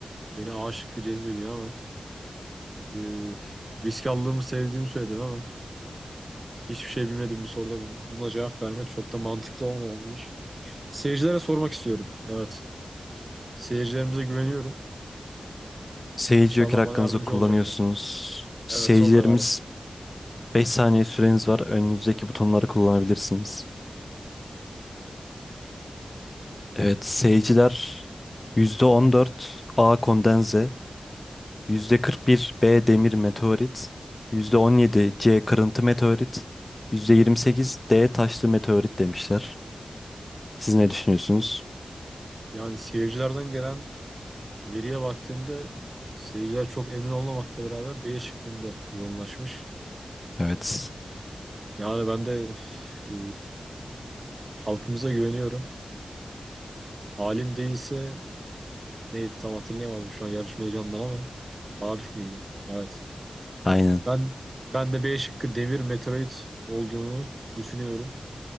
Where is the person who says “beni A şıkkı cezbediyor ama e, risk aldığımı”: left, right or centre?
Right